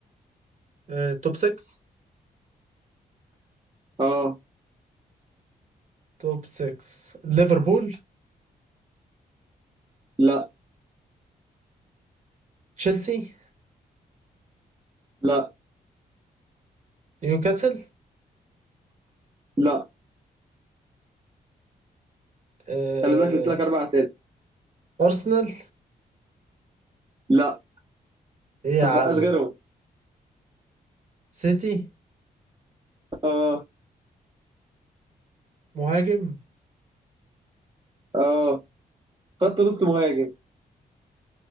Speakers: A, on the right; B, on the right.
A: آه، توب 6
B: اه
A: توب 6 ليفربول
B: لا
A: تشيلسي
B: لا
A: نيوكاسل
B: لا
A: آه،
B: خلي بالك لسه لك اربع اسئله
A: أرسنال
B: لا
A: إيه يا
B: ما
A: عم
B: بقاش غيرهم
A: سيتي
B: اه
A: مهاجم
B: اه خط نص مهاجم